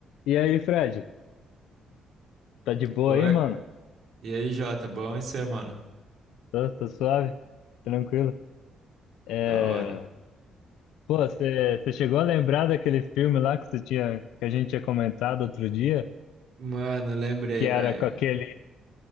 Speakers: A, on the left (about 80°); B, on the right (about 65°).
A: E aí, Fred? Tá de boa
B: Oi.
A: aí, mano?
B: E aí, Jota, bom e você, mano?
A: Tô, tô suave, tranquilo. É...
B: Da hora.
A: Pô, você chegou a lembrar daquele filme lá que você tinha, que a gente tinha comentado outro dia,
B: Mano, lembrei,
A: que era
B: velho.
A: com aquele